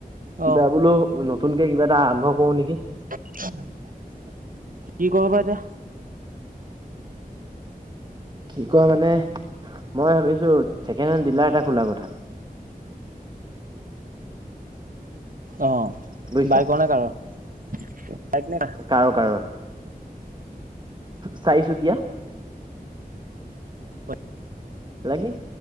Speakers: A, on the right (about 30°); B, on the right (about 60°).
A: কিবা
B: অ
A: বোলো নতুনকে কিবা এটা আৰম্ভ কৰো নিকি।
B: কি কৰোঁ বা এতিয়া?
A: কি কৰা মানে মই ভাবিছো ছেকেণ্ড হেণ্ড ডিলাৰ এটা খোলাৰ কথা।
B: অ
A: বুজিছা
B: বাইকৰ নে কাৰৰ বাইক নে কাৰ?
A: কাৰ কাৰৰ চাৰি চুকীয়া।
B: হয়
A: লাগিব।